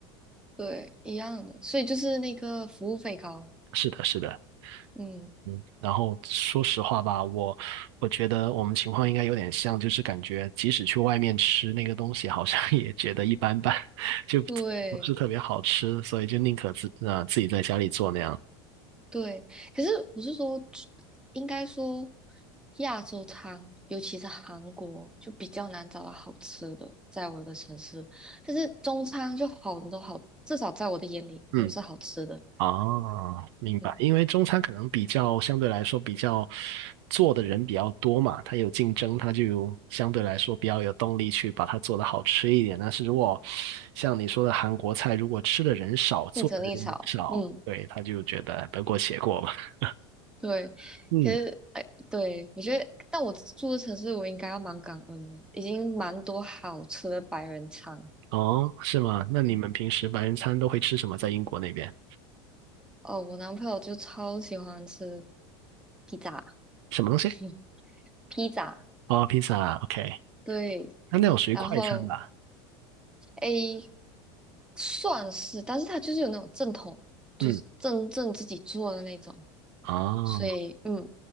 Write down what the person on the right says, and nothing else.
是的，是的。
嗯，然后说实话吧，我我觉得我们情况应该有点像，就是感觉即使去外面吃那个东西，好像 <laughs> 也觉得一般般，<laughs> 就不是特别好吃，
所以就宁可自呃自己在家里做那样。
嗯。哦，明白。
因为中餐可能比较相对来说比较做的人比较多嘛，它有竞争，它就相对来说比较有动力去把它做得好吃一点。但是如果像你说的韩国菜，如果吃的人少，做的人也少，
对，他就觉得得过且过嘛。<laughs>
嗯，
哦，是吗？那你们平时白人餐都会吃什么？
在英国那边
什么东西？
哦，披萨，OK，
那那种属于快餐吧？
嗯，哦，